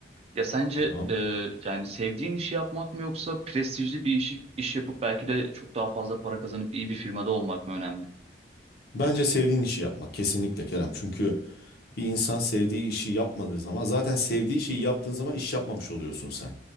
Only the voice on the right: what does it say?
Ya sence
e, yani sevdiğin işi yapmak mı yoksa prestijli bir iş, iş yapıp belki de çok daha fazla para kazanıp iyi bir firmada olmak mı önemli?